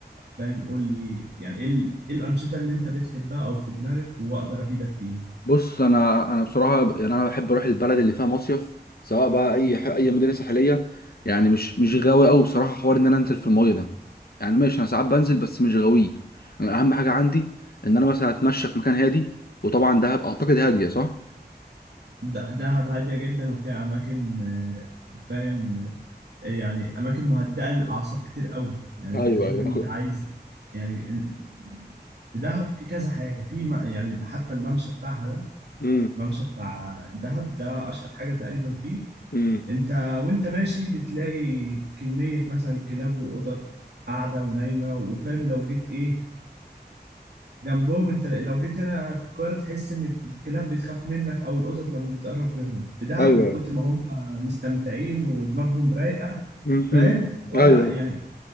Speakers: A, on the right; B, on the left.
A: فاهم قول لي يعني إيه ال- إيه الأنشطة اللي أنت بتحبها أو في دماغك وأقدر أفيدك فيها؟
B: بص انا انا بصراحه يعني انا بحب اروح البلد اللي فيها مصيف سواء بقى اي ح... اي مدينه ساحليه يعني مش مش غاوي قوي بصراحه حوار ان انا انزل في المايه ده يعني ماشي انا ساعات بنزل بس مش غاوي اهم حاجه عندي ان انا مثلا اتمشى في مكان هادي وطبعا دهب اعتقد هاديه صح
A: ده- دهب هادية جدا وفيها أماكن آه، فاهم يعني اماكن مهدئه للاعصاب كتير قوي يعني
B: ايوه
A: انت شوف
B: ايوه
A: انت
B: انا خد
A: عايز يعني ال- في دهب في كذا حاجه في م- يعني حتى الممشى بتاعها ده
B: امم
A: الممشى بتاع دهب ده اشهر حاجه تقريبا فيه
B: امم
A: انت وانت ماشي بتلاقي كميه مثلا كلاب وقطط قاعده ونايمه وفاهم لو جيت ايه جنبهم انت لو جيت هنا في القاهره تحس ان الكلاب بتخاف منك او القطط لما بتقرب منهم في دهب
B: ايوه
A: من كتر ما هم مستمتعين ودماغهم رايقه
B: امم
A: فاهم ولا
B: ايوه
A: يعني